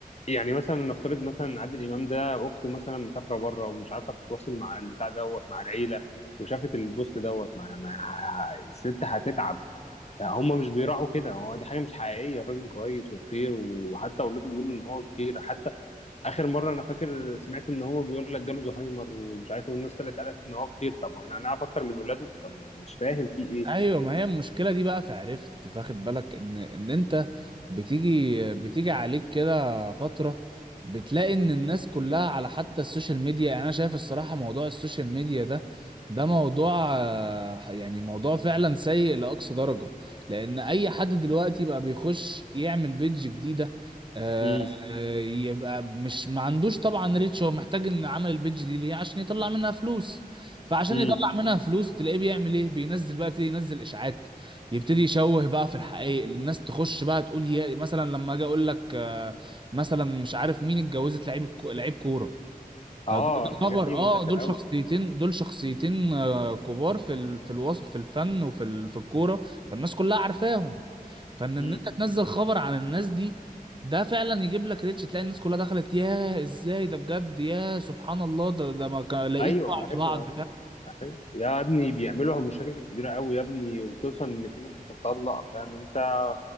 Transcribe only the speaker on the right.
ايوه ما هي المشكله دي بقى فعرفت فاخد بالك ان ان انت بتيجي بتيجي عليك كده فتره بتلاقي ان الناس كلها على حتى السوشيال ميديا يعني انا شايف الصراحه موضوع السوشيال ميديا ده ده موضوع آه، يعني موضوع فعلا سيء لاقصى درجه لان اي حد دلوقتي بقى بيخش يعمل بيدج جديده آه،
يبقى مش ما عندوش طبعا ريتش هو محتاج ان عمل البيدج دي ليه عشان يطلع منها فلوس فعشان
يطلع منها فلوس تلاقيه بيعمل ايه بينزل بقى يبتدي ينزل اشاعات يبتدي يشوه بقى في الحقائق الناس تخش بقى تقول يا مثلا لما اجي اقول لك آه، مثلا مش عارف مين اتجوزت لعيب الكو- لعيب كوره
فده
خبر
اه
دول
شخصيتين دول شخصيتين آه، كبار في ال... في الوصف في الفن وفي ال... في الكوره فالناس كلها عارفاهم فان ان
انت تنزل خبر عن الناس دي ده فعلا يجيب لك ريتش تلاقي الناس كلها دخلت ياه ازاي ده بجد ياه سبحان الله ده ده ما كانوا لاقيين
بعض